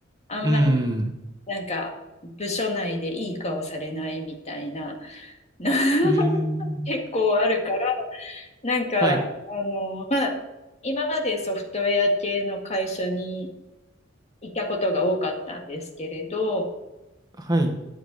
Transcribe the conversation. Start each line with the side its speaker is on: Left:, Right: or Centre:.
Left: あんまり、
Right: うーん。
Left: なんか、部署内でいい顔されないみたいな、な <laughs>
Right: うーん。
Left: 結構あるから、なんか、
Right: はい。
Left: あの、まあ、今までソフトウェア系の会社にいたことが多かったんですけれど、
Right: はい。